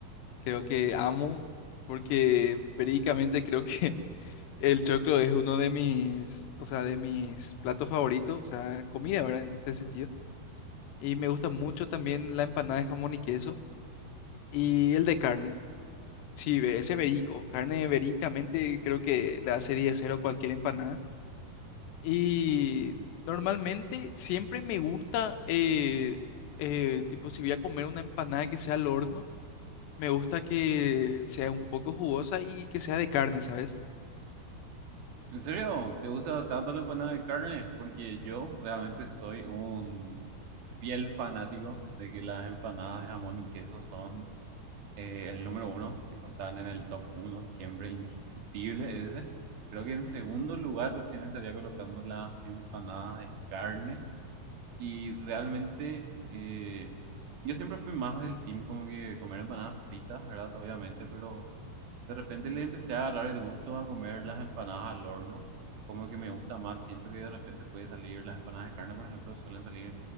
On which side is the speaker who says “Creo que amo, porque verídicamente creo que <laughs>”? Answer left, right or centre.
Left